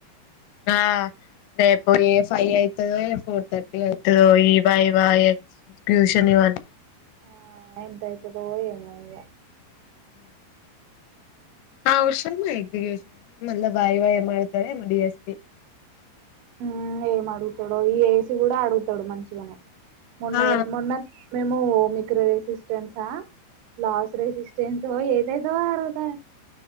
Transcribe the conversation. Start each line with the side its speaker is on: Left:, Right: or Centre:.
Left: ఆ అదే ఏఫఐ ఫోర్ తథర్టీ అవుతదో ఇవ వైవా ఎక్స్ నివా
Right: ఆ ఎంతయితదో ఏమో ఇగ
Left: ఔష ఎజికష మ వాయి వాయి మతాడ డిఎస్పి
Right: హ ఏం అడుగుతాడో ఈ ఏసి కూడా అడుగుతాడు మంచిగానే మన్న
Left: ఆ
Right: మొన్న మేము ఓమిక్రో రెసిస్టెన్సా లాస్ రెసిస్టెన్స ఏదైదో అడుగుతా